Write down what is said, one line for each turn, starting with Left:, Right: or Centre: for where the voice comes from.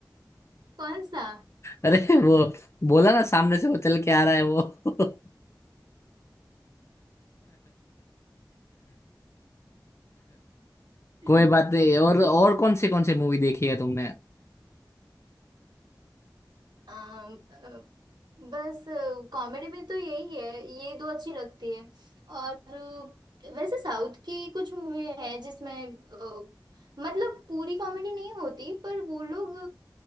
Right: कौन सा
Left: अरे वो बोला ना सामने से वो चल के आ रहा है वो <laughs>
Right: <laughs>
Left: कोई बात नहीं और
Right: सही
Left: और कौन सी कौन सी मूवी देखी है तुमने
Right: अम, अ, बस कॉमेडी में तो यही है ये दो अच्छी लगती है और अ, वैसे साउथ की कुछ मूवी है जिसमें अ, मतलब पूरी कॉमेडी नहीं होती पर वो लोग